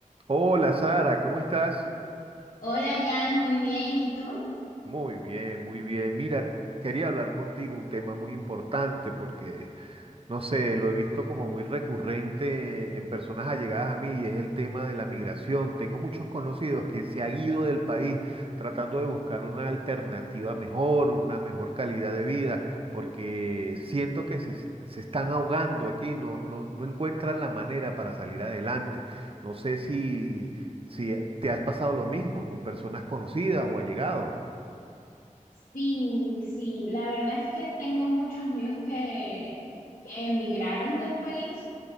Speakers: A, on the right (about 45°); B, on the left (about 65°).
A: Hola Sara, ¿cómo estás?
B: Hola Jan, muy bien, ¿y tú?
A: Muy bien, muy bien. Mira, quería hablar contigo un tema muy importante porque No sé, lo he visto como muy recurrente en personas allegadas a mí y es el tema de la migración. Tengo muchos conocidos que se han ido del país tratando de buscar una alternativa mejor, una mejor calidad de vida, porque siento que se, es- se están ahogando aquí, no, no, no encuentran la manera para salir adelante. No sé si, si te has pasado lo mismo con personas conocidas o allegados.
B: Sí, sí, la verdad es que tengo muchos amigos que, que emigraron del país,